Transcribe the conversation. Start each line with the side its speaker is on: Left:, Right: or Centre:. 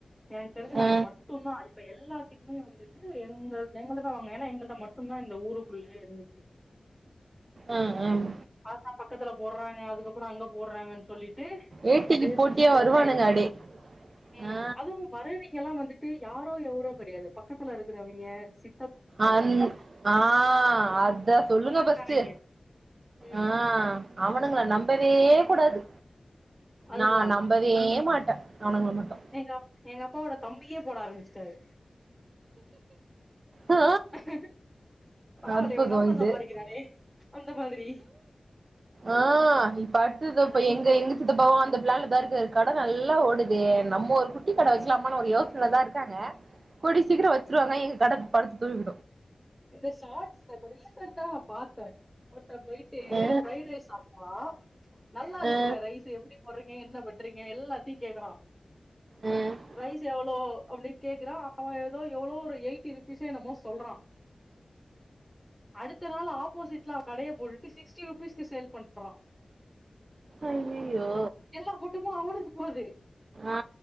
Centre: எனக்கு தெரிஞ்சு
Right: ஆ
Centre: நாங்க மட்டுந்தா இப்ப எல்லாத்துக்குமே வந்துட்டு எங்க எங்கள்ட்ட தா வாங்குவாங்க ஏனா எங்கள்ட்ட மட்டும்தா இந்த ஊருக்குள்ளே இருந்துச்சு
Right: ஆஹ் ஹம்
Centre: பாத்தா பக்கத்துல போற்றாங்க அதுக்கப்புறோ அங்க போற்றாங்கன்னு சொல்லிட்டு
Right: ஏட்டிக்கு
Centre: அப்டியே
Right: போட்டியா
Centre: கொஞ்சம் டல்
Right: வருவானுங்க
Centre: ஆயிடுச்சி
Right: அப்டே
Centre: ம்
Right: ஆ
Centre: அதுவும் வரவீய்ங்கல்லா வந்துட்டு யாரோ எவரோ கெடையாது பக்கத்துல இருக்கிறவய்ங்க சித்
Right: அன் ஆஹ் அத்த சொல்லுங்க
Centre: சொந்தக்காரைங்க
Right: பஸ்ட்டு
Centre: ம்
Right: ஆஹ் அவனுங்கள நம்பவே கூடாது
Centre: அதுதா
Right: நா நம்ப வே மாட்ட அவ்னுங்கள மட்டும்
Centre: எங்க அப் எங்க அப்பாவோட தம்பியே போட ஆரம்பிச்சுட்டாரு
Right: ஆ
Centre: ஹ பரவாயில்லையே
Right: அற்புதோ
Centre: இவன் நல்லா
Right: இது
Centre: சம்பாதிக்கிறானே அந்த மாதிரி
Right: ஆ இப்ப அடுத்ததோ
Centre: அது
Right: இப்ப
Centre: கொஞ்சோ
Right: எங்க எங்க சித்தப்பாவு அந்த ப்ளான்ல தா இருக்காரு கட நல்லா ஓடுதே நம்ம ஒரு குட்டி கட வக்கலாமான்னு ஒரு யோசன தா இருக் கூடிய சீக்கிரோ வச்சுருவாங்க எங்க கட படுத்து தூ
Centre: இந்த ஷாட்ஸ்ல இப்ப ரீசன்டா பாத்தே ஒருத்தே பொயிட்டு
Right: அ
Centre: ப்ரைட் ரைஸ் சாப்ட் வா நல்லா இருக்குண்ணே
Right: அ
Centre: ரைஸு எப்டி போட்றீங்க என்ன பண்றீங்க எல்லாத்தையு கேக்குறா
Right: அ
Centre: ரைஸ் எவ்ளோ அப்டின் கேக்குறா அவன் எதோ எவ்ளோ ஒரு எயிட்டி ருபீஸ் த்து என்னமோ சொல்றான் அடுத்த நாள் ஆப்போசிட்ல அவெ கடைய போட்டுட்டு சிக்ஸ்டி ருபீஸ்கு ஷேல் பண்றா
Right: அய்யய்யோ
Centre: எல்லா கூட்டமு அவனுக்கு போது
Right: ஆ